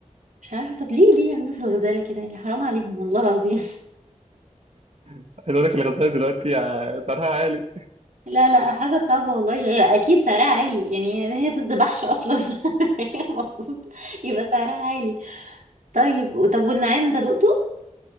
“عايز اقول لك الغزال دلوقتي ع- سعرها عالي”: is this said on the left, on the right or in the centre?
Right